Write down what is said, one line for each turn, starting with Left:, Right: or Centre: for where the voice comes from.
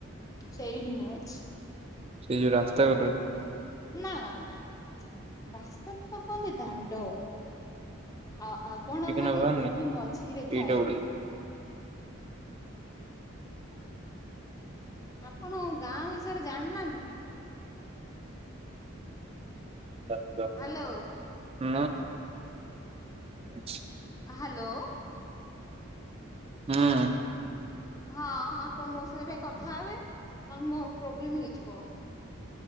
Left: ସେଇଠି ମୁଅଛି
Right: ସେଇ ଯୋଉ ରାସ୍ତା କୋଟରେ?
Left: ନା, ନା, ନା, ରାସ୍ତା ତ କନ୍ତି ଦାଣ୍ଡ। ଆଉ ଆଗଣା
Right: ଟିକେନାକୁ
Left: ମାନେ
Right: ବାହାରିନି
Left: ଯୋଉଠି ମଝିରେ
Right: ଏଇଟା
Left: ଥାଏ।
Right: ଗୋଟେ
Left: ଆପଣ ଗାଁ ବିଷୟରେ ଜାଣିନାହାନ୍ତି କି?
Right: <inaudible>
Left: ହ୍ୟାଲୋ
Right: ହୁଁ <unintelligible>
Left: ହ୍ୟାଲୋ
Right: ହୁଁ
Left: ହଁ ଆପଣ ମୋ ସହିତ ଟ କଥା ହେବେ, ନହେଲେ ମୋର ପ୍ରୋବ୍ଲେମ ହେଇଯିବ।